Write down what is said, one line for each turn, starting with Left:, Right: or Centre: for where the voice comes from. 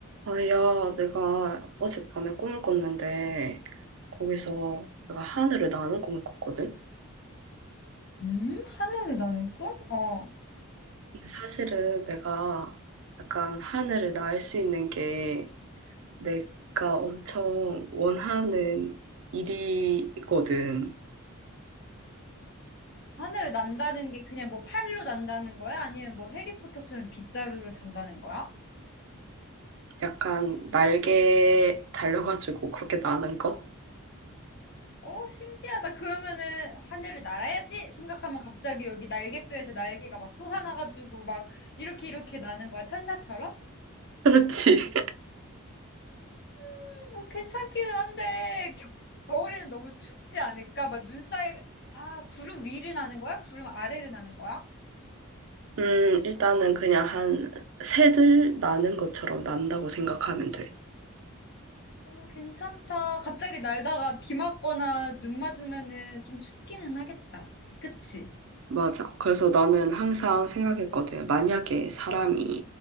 Right: 아, 야, 내가 어젯밤에 꿈을 꿨는데, 거기서 내가 하늘을 나는 꿈을 꿨거든?
Left: 음? 하늘을 나는 꿈? 어.
Right: 근데 사실은 내가 약간 하늘을 날 수 있는 게 내가 엄청 원하는 일이거든.
Left: 하늘을 난다는 게 그냥 뭐 팔로 난다는 거야? 아니면 뭐 해리포터처럼 빗자루를 단다는 거야?
Right: 약간 날개 달려가지고 그렇게 나는 거?
Left: 어, 신기하다. 그러면은 하늘을 날아야지 생각하면 갑자기 여기 날개뼈에서 날개가 막 솟아나가지고 막 이렇게 이렇게 나는 거야. 천사처럼?
Right: 그렇지.
Left: 음, 뭐 괜찮기는 한데 겨- 겨울에는 너무 춥지 않을까? 막 눈 사이 아, 구름 위를 나는 거야? 구름 아래를 나는 거야?
Right: <laughs> 음, 일단은 그냥 한 새들 나는 것처럼 난다고 생각하면 돼.
Left: 어, 괜찮다. 갑자기 날다가 비 맞거나 눈 맞으면은 좀 춥기는 하겠다. 그치?
Right: 맞아. 그래서 나는 항상 생각했거든. 만약에 사람이,